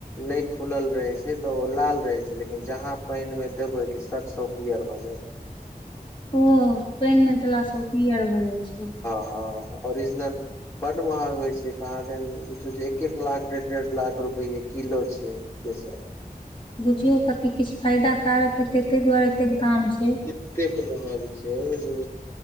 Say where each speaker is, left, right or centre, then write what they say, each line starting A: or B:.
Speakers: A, on the left; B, on the left.
A: नहि फूलल रहै छै तऽ ओ लाल रहै छै लेकिन जहाँ पानि मे देबै कि सट स ओ पियर भऽ जायत।
B: ओ पानि मे देलासँ ओ पीयर भए जाई छै।
A: ह ओरिजिनल बड्डि महग होई छै कहाँदैन एक एक लाख डेढ़ डेढ़ लाख रुपैए किलो छै। केसर।
B: बुझियौ कती किछु फायदा कारक हेतै ताहि दुआरे एतेक दाम छै।
A: एतेक महग छै जे